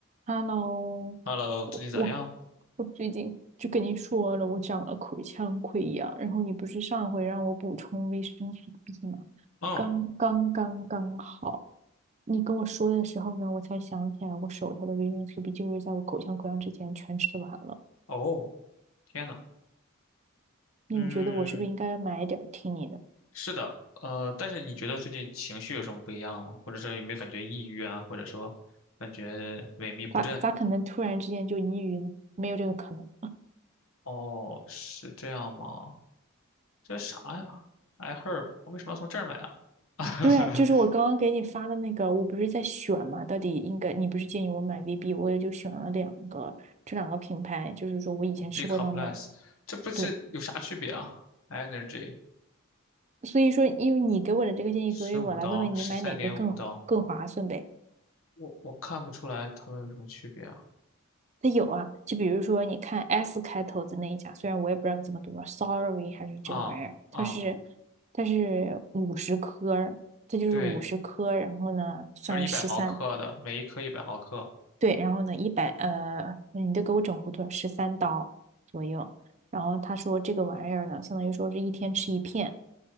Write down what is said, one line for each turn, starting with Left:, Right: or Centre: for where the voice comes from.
Right: Hello，
Left: Hello，最近咋样？
Right: 我我我最近就跟你说了，我长了口腔溃疡，然后你不是上回让我补充维生素 B 吗？
Left: 嗯，
Right: 刚刚刚刚好，你跟我说的时候呢，我才想起来我手头的维生素 B 就是在我口腔溃疡之前全吃完了。
Left: 哦，天呐，嗯，
Right: 那你觉得我是不是应该买点儿听你的？
Left: 是的，呃，但是你觉得最近情绪有什么不一样吗？或者说有没有感觉抑郁啊？或者说感觉萎靡不振？
Right: 咋咋可能突然之间就抑郁呢？没有这个可能。
Left: 哦，是这样吗？这啥呀？I herb，为什么要从这儿买啊 <laughs>
Right: 对啊，就是我刚刚给你发的那个，我不是在选嘛？到底应该，你不是建议我买 VB，我也就选了两个，这两个品牌，就是说我以前吃过他们。
Left: ？B c o m p l e s <laughs> 这不是有啥区别啊？Energy
Right: 对，所以说因为你给我的这个建议，
Left: 十五刀，
Right: 所以我来问问你买哪个更更划算呗？
Left: 十三点五刀，我我看不出来它们有什么区别啊？
Right: 它有啊，就比如说你看 S 开头的那一家，虽然我也不知道它怎么读 s o r r y 还是这个玩意儿，
Left: 啊啊，
Right: 它是它是五十颗这就是五十颗，
Left: 对。
Right: 然后呢算十三
Left: 就是一百毫克的，每一颗一百毫克
Right: 对，然后呢，一百呃，你都给我整糊涂了，十三刀左右。然后他说这个玩意儿呢，相当于说是一天吃一片。